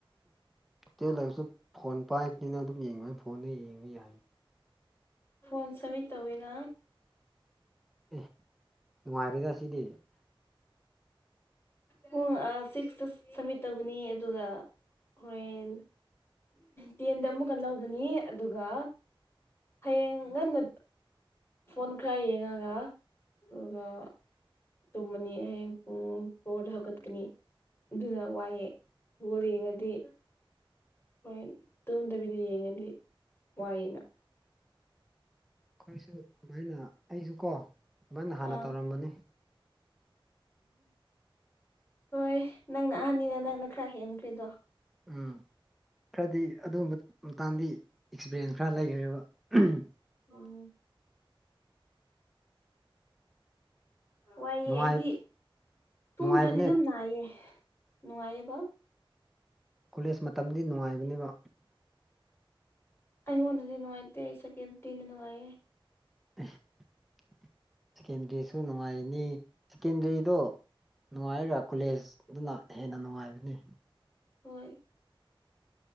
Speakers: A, in the centre; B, on the left.
A: ꯍꯣꯇꯦꯜ ꯂꯩꯕꯁꯨ ꯐꯣꯟ ꯄꯥꯏꯕꯅꯤꯅ ꯑꯗꯨꯝ ꯌꯦꯡꯕ ꯐꯣꯟꯗ ꯌꯦꯡꯕ ꯌꯥꯏ
B: ꯐꯣꯟ ꯁꯥꯃꯤꯠ ꯇꯧꯋꯤꯅ
A: ꯑꯦ ꯅꯨꯡꯉꯥꯏꯔꯤꯗ ꯁꯤꯗꯤ
B: ꯄꯨꯡ ꯁꯤꯛꯁꯇ ꯁꯝꯃꯤꯠ ꯇꯧꯒꯅꯤ ꯑꯗꯨꯒ ꯍꯣꯔꯦꯟ ꯇꯦꯟꯗ ꯑꯃꯨꯛꯀ ꯂꯧꯕꯅꯤ ꯑꯗꯨꯒ ꯍꯌꯦꯡ ꯉꯟꯅ ꯐꯣꯟ ꯈꯔ ꯌꯦꯡꯉꯒ ꯑꯗꯨꯒ ꯇꯨꯝꯃꯅꯤ ꯍꯌꯦꯡ ꯐꯣꯠ ꯍꯧꯒꯠꯀꯅꯤ ꯑꯗꯨꯅ ꯋꯥꯏꯑꯦ ꯕꯣꯜ ꯌꯦꯡꯉꯗꯤ ꯍꯣꯏ ꯇꯨꯝꯗꯕꯤꯗ ꯌꯦꯡꯉꯗꯤ ꯋꯥꯏꯅ
A: ꯑꯩꯈꯣꯏꯁꯨ ꯁꯨꯃꯥꯏꯅ ꯑꯩꯁꯨ ꯀꯣ ꯁꯨꯃꯥꯏꯅ
B: ꯑꯥ
A: ꯍꯥꯟꯅ ꯇꯧꯔꯝꯕꯅꯤ
B: ꯍꯣꯏ ꯅꯪꯅ ꯑꯍꯟꯅꯤꯅ ꯅꯪꯅ ꯈꯔ ꯍꯦꯟꯈ꯭ꯔꯦꯗꯣ
A: ꯎꯝ ꯈꯔꯗꯤ ꯑꯗꯨꯒꯨꯝꯕ ꯃꯇꯥꯡꯗꯤ ꯑꯦꯛꯁꯄꯤꯔꯤꯌꯦꯟꯁ ꯈꯔ ꯂꯩꯈ꯭ꯔꯦꯕ ꯎꯝ
B: ꯎꯝ ꯋꯥꯏꯑꯦ
A: ꯅꯨꯡꯉꯥꯏ
B: ꯑꯩꯗꯤ ꯇꯨꯝꯗ꯭ꯔꯗꯤ
A: ꯅꯨꯡꯉꯥꯏꯕꯅꯦ
B: ꯑꯗꯨꯝ ꯅꯥꯏꯌꯦ ꯅꯨꯡꯉꯥꯏꯔꯤꯕꯣ
A: ꯀꯣꯂꯦꯖ ꯃꯇꯝꯗꯤ ꯅꯨꯡꯉꯥꯏꯕꯅꯦꯕꯣ
B: ꯑꯩꯉꯣꯟꯗꯗꯤ ꯅꯨꯡꯉꯥꯏꯇꯦ ꯁꯦꯀꯦꯟꯗꯔꯤ ꯅ ꯅꯨꯡꯉꯥꯏꯌꯦ
A: <unintelligible> ꯁꯦꯀꯦꯟꯗꯔꯤꯁꯨ ꯅꯨꯡꯉꯥꯏꯅꯤ ꯁꯦꯀꯦꯟꯗꯔꯤꯗꯣ ꯅꯨꯡꯉꯥꯏꯔꯒ ꯀꯣꯂꯦꯖ ꯑꯗꯨꯅ ꯍꯦꯟꯅ ꯅꯨꯡꯉꯥꯏꯕꯅꯦ
B: ꯍꯣꯏ